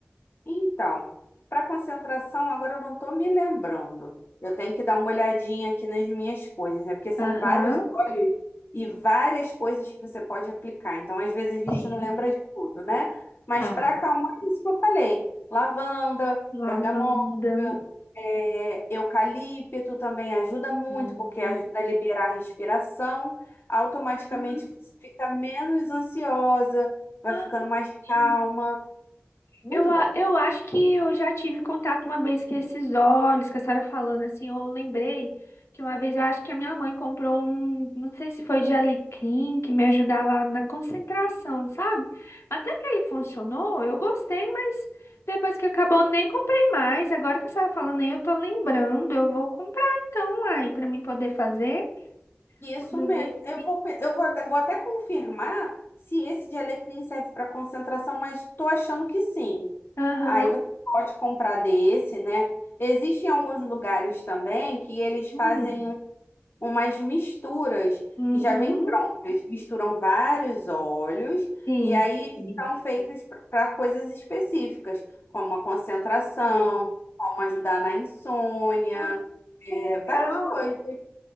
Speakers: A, on the left; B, on the left.
A: Então, para concentração, agora eu não estou me lembrando. Eu tenho que dar uma olhadinha aqui nas minhas coisas, né? Porque são
B: Aham,
A: vários olhos e várias coisas que você pode aplicar. Então, às vezes a gente
B: Sim.
A: não lembra de tudo, né? Mas
B: Tá.
A: para acalmar, é isso que eu falei: lavanda,
B: Lavanda.
A: bergamota, é, eucalipto também ajuda muito,
B: Nossa.
A: porque ajuda a liberar a respiração. Automaticamente
B: Ah,
A: você fica menos ansiosa, vai
B: Ah,
A: ficando mais
B: gente.
A: calma. Muito
B: Eu, a-
A: bom.
B: eu acho que eu já tive contato uma vez com esses óleos que a senhora falando assim. Eu lembrei que uma vez eu acho que a minha mãe comprou um, não sei se foi de alecrim, que me ajudava na concentração, sabe? Até que ele funcionou, eu gostei, mas depois que acabou, eu nem comprei mais. Agora que a senhora falando aí, eu tô lembrando, eu vou comprar então, aí, pra mim poder fazer
A: Isso
B: os exercícios.
A: mesmo. Eu vou, pe- eu vou, vou até confirmar se esse de alecrim serve para concentração, mas estou achando que sim.
B: Aham.
A: Aí você pode comprar desse, né? Existem alguns lugares também que eles fazem
B: Hum.
A: um- umas misturas
B: Uhum.
A: que já vêm prontas. Eles misturam vários óleos
B: Sim,
A: e aí
B: sim.
A: são feitos para coisas específicas, como a concentração,
B: Sei.
A: como ajudar na insônia,
B: Ah, que
A: é,
B: legal.
A: várias coisas.